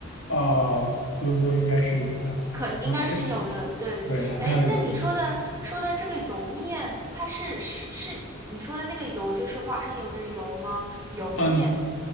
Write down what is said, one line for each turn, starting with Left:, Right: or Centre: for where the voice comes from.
Left: 呃，多伦多应该是有的啊，
Right: 可能应该是有的，
Left: 它非，
Right: 对。
Left: 对，它非常有名。
Right: 哎，那你说的说的这个油面，它是是是你说的那个油，就是花生油的油吗？油面，
Left: 嗯，